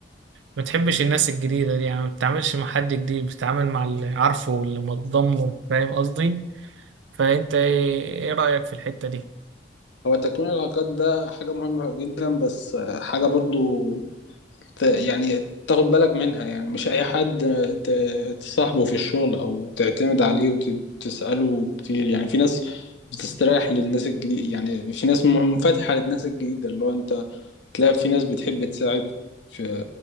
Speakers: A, on the right (about 80°); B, on the left (about 80°).
A: ما تحبش الناس الجديدة دي يعني ما بتتعاملش مع حد جديد بتتعامل مع اللي عارفه واللي متضامنه فاهم قصدي فأنت إيه إيه رأيك في الحتة دي؟
B: هو تكوين العلاقات ده حاجة مهمة جدا بس آه، حاجة برضو ت- يعني تاخد بالك منها يعني مش أي حد آه، ت- تصاحبه في الشغل أو تعتمد عليه وتسأله كتير يعني في ناس بتستريح للناس الجديدة يعني في ناس منفتحة للناس الجديدة اللي هو أنت تلاقي في ناس بتحب تساعد في